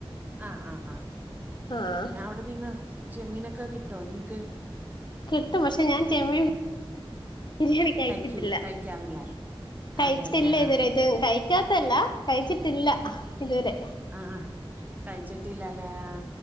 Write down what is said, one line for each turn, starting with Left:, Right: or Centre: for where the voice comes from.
Right: ആഹ് ആഹ്
Left: ആഹ്
Right: പിന്നെ അവിടെ നിങ്ങ ചെമ്മീനൊക്കെ കിട്ടോ നിങ് ക്ക്?
Left: കിട്ടും പക്ഷെ ഞാൻ ചെമ്മി ല്ലടി കഴിച്ചിട്ടില്ല
Right: കഴിക്കൂലെ കഴിക്കാറില്ലേ
Left: കഴിച്ചിട്ടില്ല
Right: അതെല്ലേ
Left: ഇതു
Right: ആഹ്
Left: വരായിട്ടും കഴി കഴിക്കാത്തല്ല കഴിച്ചിട്ടില്ല ഇതുവരെ
Right: ആ ആ കഴിച്ചിട്ടില്ലല്ലേ ആ